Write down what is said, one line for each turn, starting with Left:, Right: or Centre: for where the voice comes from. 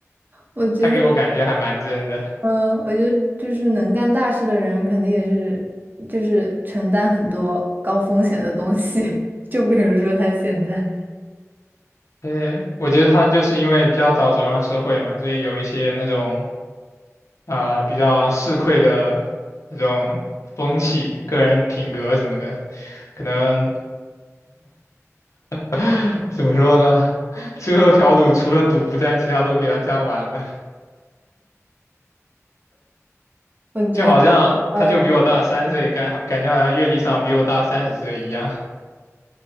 Right: 我觉得，
Left: 他给我感觉还蛮真的。
Right: 嗯，我觉得就是能干大事的人，肯定也是就是承担很多高风险的东西。<laughs> 就比如说他现在，
Left: 对，我觉得他就是因为比较早走上社会嘛，所以有一些那种啊、呃比较市侩的那种风气、个人品格什么的，可能 <laughs> 怎么说呢？<laughs> 吃喝嫖赌除了赌不沾，其他都给他沾完了。
Right: 我觉得，
Left: 就好像他就比我大三岁，
Right: 嗯，
Left: 感感觉好像阅历上比我大三十岁一样。<laughs>